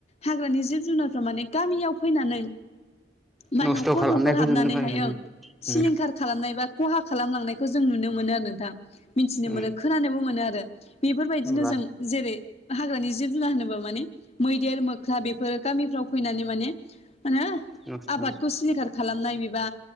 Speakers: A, on the left; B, in the centre.
A: हाग्रानि जिब जुनारफ्रा माने गामियाव फैनानै बा
B: नस्थ'
A: न'खर
B: खालामनायखौ
A: न'खर हाबनानैहाय
B: नुनो मोनो
A: ओं
B: उम
A: सिलिंखार खालामनाय बा खहा खालामलांनायखौ जों नुनो मोनो आरो नोंथां मिनथिनो
B: उम
A: मोनो खोनानोबो मोनो आरो। बेफोरबायदिनो
B: अब्ला
A: जों जेरै हाग्रानि जिब जुनार होनोब्ला माने मैदेर मोख्ला बेफोरो गामिफ्राव फैनानै माने होनो
B: नस्थ'
A: आबादखौ सिलिखार खालामनाय बेबा